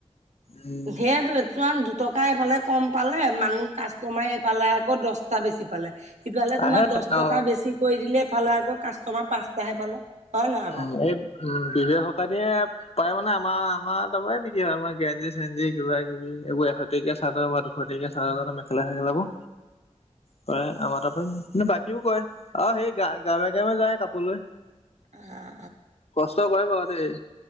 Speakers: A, on the left (about 60°); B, on the right (about 75°).
A: উম
B: সেইয়াটো <inaudible> দু টকা এইফালে কম পালে, মানুহ কাষ্টমাৰে এইফালে আকৌ দশটা বেছি পালে। সিফালে তোমাৰ
A: আহে
B: দশ টকা
A: অ
B: বেছি কৰি দিলে, এফালে আকৌ কাষ্টমাৰ পাঁচটাহে পালে। হয় নহয় বাৰু
A: উম এই উম বিব শকা দিয়ে পায় মানে আমাৰ -আমাৰ তাৰ পৰাই বিক্ৰি হয় আমাৰ গেঞ্জি -চেঞ্জী কিবা- কিবি এইবোৰ এশ টকীয়া চাৰ্ট বা দুশ টে তেতিয়া চা মেখেলা চেখেলাবোৰ, প্ৰায় আমাৰ ত হয় বাকীও কৰে, আহ সেই গা গাৱে গাৱে যায় কাপোৰ লৈ।
B: উম
A: কষ্ট কৰে বাৰু দেই।